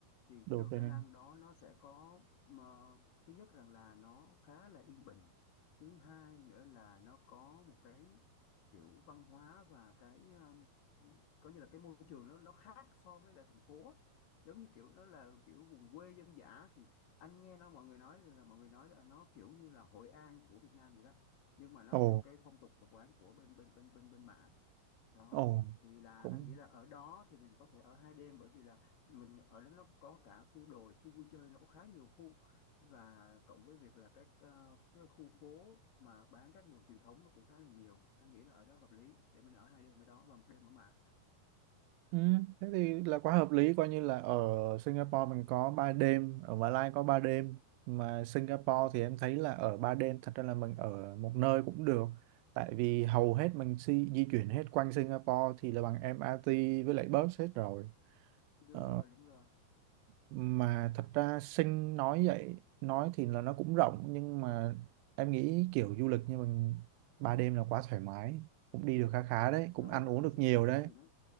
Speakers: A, on the left (about 65°); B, on the right (about 80°).
A: thì
B: được
A: cái đồi
B: rồi
A: Penang
B: nè
A: đó nó sẽ có mà, thứ nhất rằng là nó khá là yên bình thứ hai nữa là nó có một cái kiểu văn hóa và cái um, coi như là cái môi trường nó nó khác so với lại thành phố á. giống như kiểu nó là kiểu vùng quê dân dã thì anh nghe nó mọi người nói là mọi người nói là nó kiểu như là Hội An của Việt Nam vậy đó nhưng mà nó
B: ồ
A: theo cái phong tục tập quán của bên bên bên bên bên Mã đó
B: ồ
A: thì là
B: cũng
A: anh nghĩ là ở đó thì mình có thể ở hai đêm bởi vì là mình ở đó nó có cả khu đồi khu vui chơi nó có khá nhiều khu và cộng với việc là các ờ, cái khu phố mà bán các đồ truyền thống nó cũng khá là nhiều anh nghĩ là ở đó hợp lý để mình ở hai đêm ở đó và một đêm ở Mạc
B: Ừ, thế thì là quá hợp lý coi như là ở Singapore mình có 3 đêm ở Mã Lai có 3 đêm mà Singapore
A: ừ
B: thì em thấy là ở 3 đêm thật ra là mình ở một nơi cũng được tại vì hầu hết mình di, di chuyển hết quanh Singapore thì là bằng MRT với lại bus hết rồi
A: đúng
B: ờ,
A: rồi đúng rồi
B: mà thật ra Sing nói vậy nói thì là nó cũng rộng nhưng mà em nghĩ kiểu du lịch như mình 3 đêm là quá thoải mái cũng đi được khá khá đấy cũng
A: nó
B: ăn uống
A: ở
B: được
A: Sing
B: nhiều
A: ở Sing
B: đấy
A: thì nó